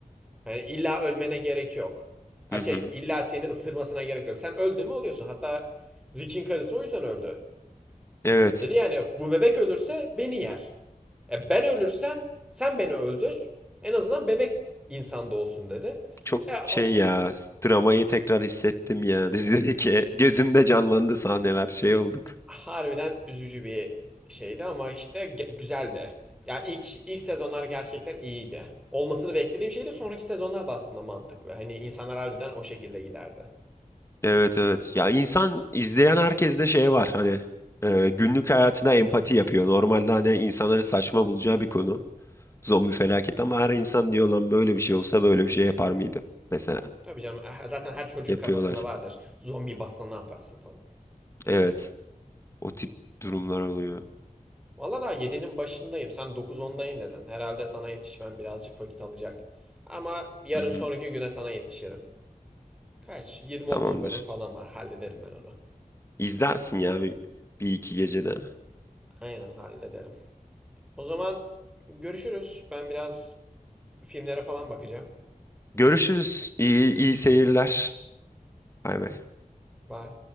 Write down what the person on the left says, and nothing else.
Hı
hı.
Evet.
Çok
şey
ya dramayı tekrar hissettim ya <laughs> dizideki gözümde canlandı sahneler şey olduk.
Evet evet ya insan izleyen herkeste şey var hani e, günlük hayatına empati yapıyor. Normalde hani insanların saçma bulacağı bir konu zombi felaketi ama her insan diyor lan böyle bir şey olsa böyle bir şey yapar mıydı mesela
yapıyorlar.
Evet o tip durumlar oluyor.
Hı hı.
Tamamdır
izlersin ya bir, bir iki gecede.
Görüşürüz iyi, iyi seyirler. Bay bay.